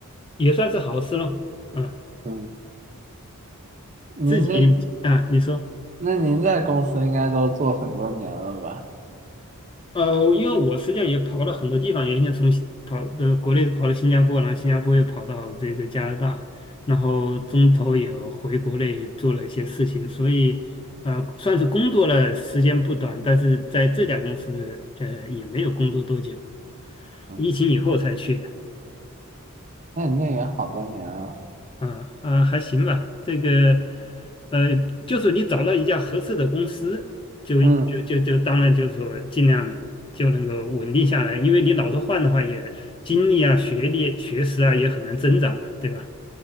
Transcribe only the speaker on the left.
也算是好事了，嗯。
自己啊，你说，
呃，因为我实际上也跑了很多地方，原先从新跑呃国内跑到新加坡，然后新加坡又跑到这个加拿大，然后中途也回国内做了一些事情，所以呃算是工作了时间不短，但是在这家公司呃也没有工作多久，
疫情以后才去的。
啊啊，还行吧。这个，呃，就是你找到一家合适的公司，就就就就当然就是说尽量就能够稳定下来，
因为你老是换的话，也精力啊、学历、学识啊也很难增长嘛，对吧？